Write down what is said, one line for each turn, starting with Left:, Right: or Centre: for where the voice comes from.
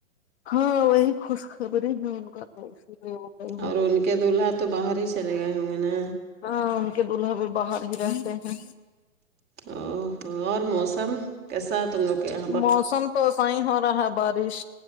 Left: ہاں وہی خوشخبری ہے ان کا تو اس لیے وہ گئی ہوں
Right: اور ان کے دولہا تو باہر ہی چلے گئے ہوں گے نا
Left: ہاں ان کے دلہا بھی باہر ہی رہتے ہیں
Right: او اور موسم کے ساتھ <unintelligible> تم نو کیا <unintelligible>
Left: موسم تو ص ہی ہو رہا ہے بارش